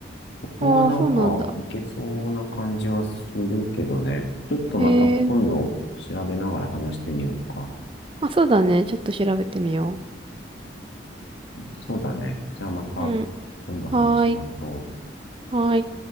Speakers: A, on the left (about 70°); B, on the right (about 30°).
A: ここはなんか行けそうな感じはするけどね。
B: ああ、そうなんだ。
A: ちょっとまた今度調べながら話してみようか。
B: へえ。まあ、そうだね。ちょっと調べてみよ
A: そうだね。じゃあまた
B: う。うん。
A: 今度話しましょう。
B: はーい。はーい。